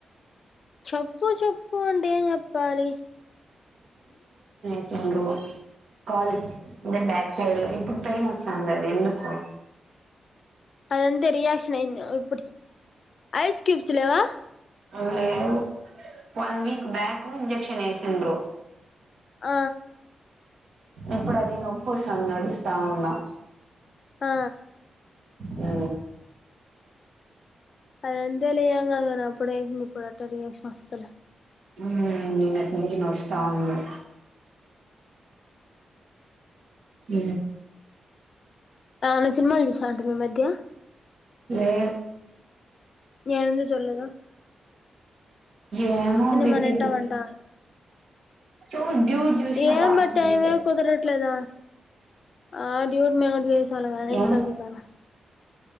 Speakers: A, on the left (about 45°); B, on the right (about 60°).
A: చొప్పు చొప్పు అంటే ఎం చెప్పాలి
B: ఇంగ కాలు అదే బ్యాక్ సైడ్ ఇప్పుడు పెయినస్తంది అది ఎందుకో
A: అదంతే రియాక్షన్ అయింది ఇప్పటికి ఐస్ క్యూబ్స్ లేవా
B: అవి లేవు వన్ వీక్ బ్యాక్ ఇంజెక్షన్ ఎసిండ్రు
A: ఆ
B: ఇప్పుడు అది నొప్పుస్తంది నడుస్తా ఉన్నా
A: ఆ
B: ఉ
A: అదంతలేం గాదురా అప్పుడే ఇన్ని ఇప్పుడటరి ఇశ్మస్తుటరా
B: ఉ నిన్నట్నుంచి నోస్తా ఉంది ఉ
A: <unintelligible> ఈ మధ్య
B: లే
A: ఏందీ చూలేదు
B: ఏమో బిజీ
A: మనం వింటామంట
B: బిజీ చూ డ్యూడ్ చూసిన
A: ఏం
B: లాస్ట్
A: మే టైమే
B: అంతే
A: కుదరట్లేదు ఆ డ్యూడ్ మౌంట్ వేసాలేగని
B: ఏం
A: <unintelligible>